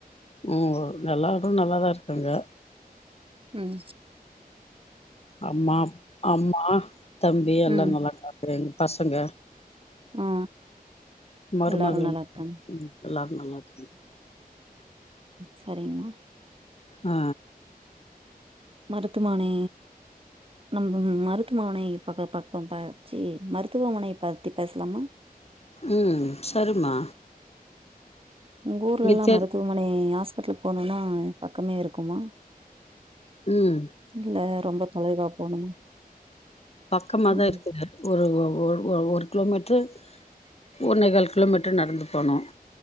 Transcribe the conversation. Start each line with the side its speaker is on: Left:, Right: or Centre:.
Left: ம் எல்லாரும் நல்லா தா இருக்காங்க
Right: உம்
Left: அம்மா அம்மா தம்பி எல்லா
Right: ம்
Left: நல்லாக்க எங்க பசங்க
Right: ஆ
Left: மருமகள்ல
Right: எல்லாரு நல்லா இருக்காங்க
Left: எல்லா நல்லா இருக்காங்க
Right: சரிங்கமா
Left: ஆ
Right: மருத்துமானே நம்ம மருத்துவமனை பக்க பக்க பச்சி மருத்துவமனைைய பத்தி பேசலாமா
Left: ம் சரிமா
Right: உங்க ஊர்ல எல்லா
Left: தெர்
Right: மருத்துவமனை ஹாஸ்பிடல் போனும்னா பக்கமே இருக்குமா
Left: ம்
Right: இல்ல ரொம்ப தொலைவா போணுமா
Left: பக்கமாதா
Right: ம்
Left: இருக்குது ஒரு ஒரு கிலோமீட்டரு ஒண்ணே கால் கிலோமீட்ட்ரு நடந்து போனோம்